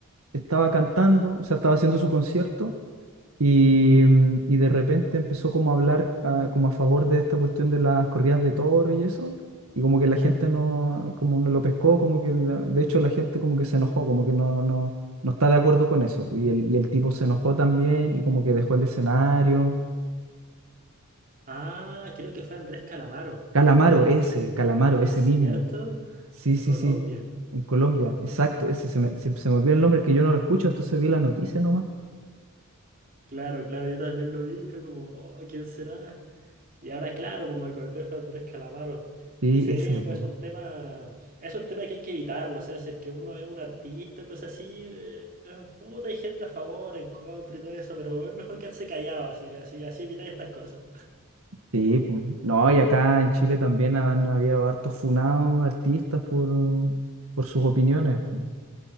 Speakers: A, on the right; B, on the right.
A: estaba cantando, o sea, estaba haciendo su concierto y, mm, y de repente empezó como a hablar ah, como a favor de esta cuestión de las corridas de toro y eso. Y como que la gente no, como no lo pescó, como que, la- de hecho la gente como que se enojó, como que no, no, no está de acuerdo con eso. Y el, y el tipo se enojó también y como que dejó el escenario.
B: Ah, creo que fue Andrés Calamaro,
A: Calamaro, ese, Calamaro, ese
B: ¿cierto?
A: mismo. Sí,
B: En
A: sí,
B: Colombia.
A: sí. En Colombia, exacto. Ese se me, se, se me olvidó el nombre que yo no lo escucho, entonces vi la noticia nomás.
B: Claro, claro, yo también lo vi y fue como, oh, ¿quién será? Y ahora, claro, pues me acordé de Andrés Calamaro.
A: Sí,
B: Sí,
A: ese, po.
B: pues es un tema, es un tema que hay que evitarlo, o sea, si es que uno es un artista o cosas así, eh, eh, puta, hay gente a favor, en contra y todo eso, pero es mejor quedarse callado, así, así, así evitáis estas cosas.
A: Sí, po. No, y acá en Chile también han habido hartos funados artistas por, por sus opiniones, po.